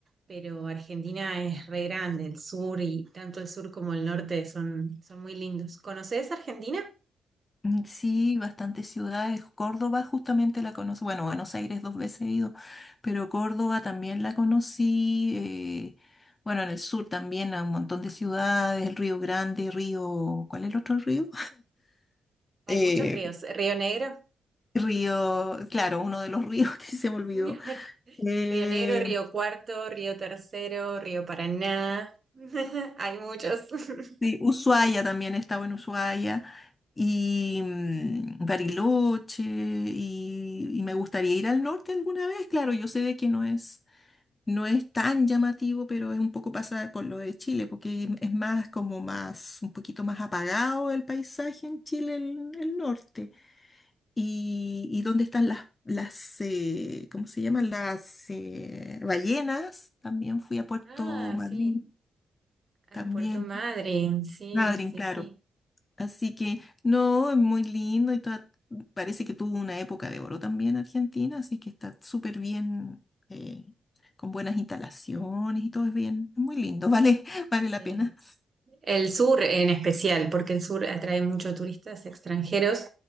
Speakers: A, on the right; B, on the left.
A: pero Argentina es re grande, el sur y tanto el sur como el norte son, son muy lindos. ¿Conoces Argentina?
B: Mm, Sí, bastantes ciudades. Córdoba justamente la conocí. Bueno, Buenos Aires dos veces he ido, pero Córdoba también la conocí. eh, bueno, en el sur también a un montón de ciudades, el Río Grande, Río... ¿Cuál es el otro río? Eh,
A: Hay muchos ríos, Río Negro,
B: río, claro, uno de los ríos <laughs> que se me olvidó.
A: <laughs>
B: Eh,
A: Río Negro, Río Cuarto, Río Tercero, Río Paraná, <laughs> hay muchos. <laughs>
B: sí, Ushuaia también estaba en Ushuaia. Y mm, Bariloche, y, y me gustaría ir al norte alguna vez, claro, yo sé de que no es No es tan llamativo, pero es un poco pasada con lo de Chile, porque es más como más, un poquito más apagado el paisaje en Chile, el, el norte. Y, y dónde están las, las eh, ¿cómo se llaman? Las eh, ballenas. También fui a Puerto
A: Ah,
B: Madryn,
A: sí, a
B: también.
A: Puerto Madryn, sí,
B: Madryn,
A: sí,
B: claro.
A: sí.
B: Así que, no, es muy lindo y toda- parece que tuvo una época de oro también Argentina, así que está súper bien, eh, con buenas instalaciones y todo es bien, es muy lindo, <laughs> vale, vale
A: Sí.
B: la pena.
A: El sur en especial, porque el sur atrae muchos turistas extranjeros